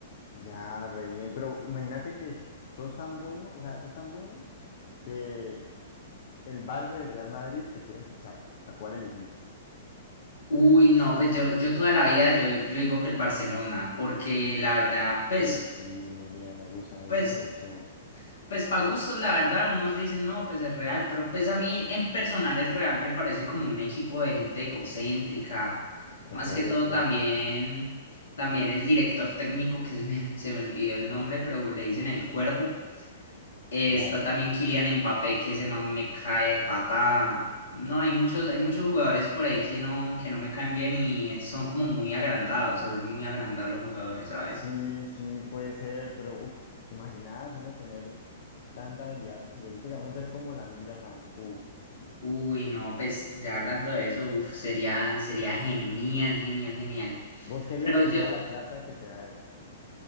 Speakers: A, on the left (about 50°); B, on the left (about 70°).
A: Ya, re bien, pero imagínate que sos tan bueno, o sea, sos tan bueno que el Barça y el Real Madrid te quieren fichar. ¿A cuál elegís?
B: Uy, no, pues yo, yo toda la vida yo, yo digo que el Barcelona, porque la verdad, pues,
A: Ey, sí, muy bien, me gusta, me gusta
B: pues
A: esa elección.
B: Pues para gustos, la verdad, unos dicen, no, pues es real, pero pues a mí en personal es real me parece como un equipo de gente egocéntrica.
A: Ok,
B: Más que todo
A: ok,
B: también, también el director técnico, que se me, <laughs> se me olvidó el nombre, pero le dicen el Cuervo. Eh,
A: ya,
B: está
A: ya.
B: también Kylian Mbappé, que ese man me cae de patada. No, hay muchos, hay muchos jugadores por ahí que no, que no me caen bien y son como muy agrandados, se vuelven muy agrandados los jugadores, ¿sabes?
A: Sí, sí, puede ser, pero uff, ¿te imaginas uno tener tanta habilidad futbolística? Uno ser como Lamine Yamal, uff.
B: Uy, no, pues ya hablando de eso, uf, sería, sería genial, genial, genial.
A: ¿Vos querías
B: Pero
A: con
B: yo,
A: toda la plata que te da eso?